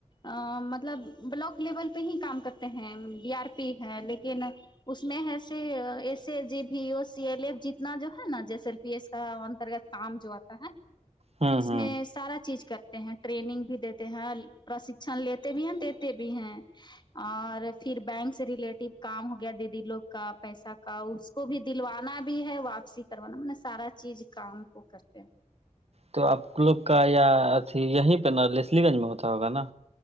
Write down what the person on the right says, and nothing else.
ہوں
ہوں
تو آپ لوگ کا یا اھی یہیں پہ نا لسلی گنج میں ہوتا ہوگا نا